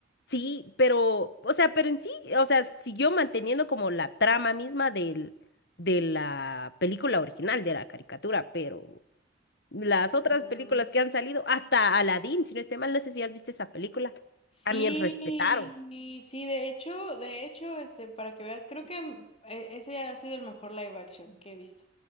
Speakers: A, on the left (about 60°); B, on the left (about 30°).
A: Sí, pero, o sea, pero en sí, o sea, siguió manteniendo como la trama misma del, de la película original, de la caricatura, pero Las otras
B: Mm,
A: películas que han salido, hasta Aladdin, si no estoy mal, no sé si has visto esa película.
B: Sí,
A: También respetaron.
B: sí, de hecho, de hecho, este, para que veas, creo que mm, e- ese ha sido el mejor live action que he visto,